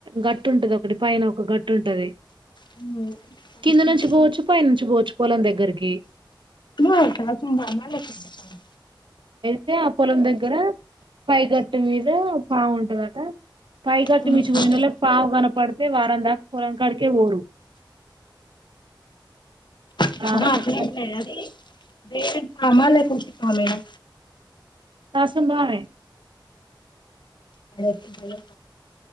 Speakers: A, on the right (about 75°); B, on the left (about 65°).
A: గట్టు ఉంటది ఒకటి పైన ఒక గట్టు ఉంటది
B: కాల్షియం
A: కింద నుంచి బోచ్చు పైనుంచి బొచ్చుపోలం దగ్గరికి
B: ఫుల్కాస్ తిందామ లేగ్ పీసెస్ కావాల
A: అయితే ఆ పొలం దగ్గర పై గట్టు మీద పాముంటదట పై గట్టు
B: ఫామా
A: మీచ్చి బోయినోళ్ళకు పాముగనపడితే వారం దాకా పొలం కాడకే ఓరు
B: ఆహా
A: మానకొ
B: అట్లేం లేదు అది వేరన్ పామ ఉత్తి పామనే
A: రాసిందామె
B: అదైతే భయం